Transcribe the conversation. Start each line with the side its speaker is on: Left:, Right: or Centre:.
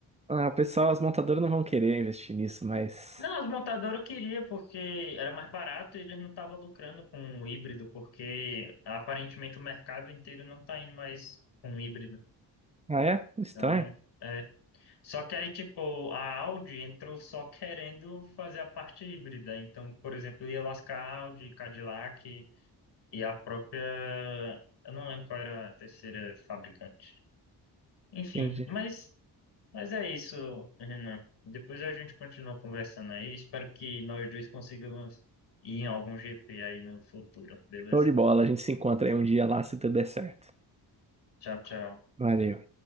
Right: Ah, o pessoal, as montadoras não vão querer investir nisso, mas...
Left: Não, as montadoras eu queria, porque era mais barato e eles não estavam lucrando com o híbrido, porque aparentemente o mercado inteiro não está indo mais com o híbrido.
Right: Ah, é? Estranho?
Left: Então, é. Só que aí, tipo, a Audi entrou só querendo fazer a parte híbrida. Então, por exemplo, ia lascar a Audi, Cadillac e a própria. Eu não lembro qual era a terceira fabricante. Enfim,
Right: Entendi.
Left: mas mas é isso, Renan. Depois a gente continua conversando aí. Espero que nós dois consigamos ir em algum GP aí no futuro, beleza?
Right: Show de bola, a gente se encontra aí um dia lá, se tudo der certo.
Left: Tchau, tchau.
Right: Valeu.